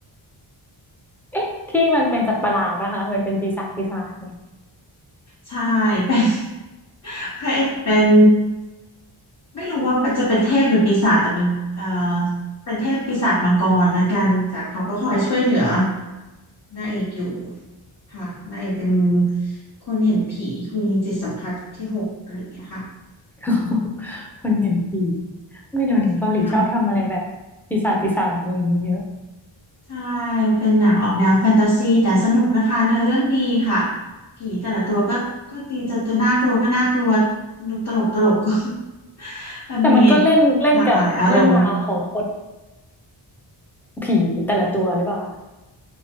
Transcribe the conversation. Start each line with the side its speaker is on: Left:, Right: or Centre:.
Centre: เอ๊ะที่มันเป็นสัตว์ประหลาดป่ะคะมันเป็นปีศาจปีศาจไหม
Left: ใช่เป็น <laughs> พระเอกเป็นไม่รู้ว่าจะเป็นเทพหรือปีศาจแต่เป็นเอ่อเป็นเทพปีศาจมังกรละกันแต่เขาก็คอยช่วยเหลือนางเอกอยู่ค่ะนางเอกเป็นคนเห็นผีมีจิตสัมผัสที่หกอะไรอย่างเงี้ยค่ะ
Centre: <laughs> คนเห็นผีไม่เดี๋ยวนี้เกาหลีชอบทำอะไรแบบปีศาจปีศาจอะไรอย่างงี้เยอะ
Left: จริงค่ะ ใช่เป็นหนังออกแนวแฟนตาซีแต่สนุกนะคะเนื้อเรื่องดีค่ะผีแต่ละตัวก็ก็ดีจะจะน่ากลัวก็น่ากลัวดูตลกตลกก็ <laughs> มันมี
Centre: แต่มันก็เล่นเล่นกับเรื่องราวของคน
Left: หลากหลายอารมณ์
Centre: ผีแต่ละตัวหรือเปล่าคะ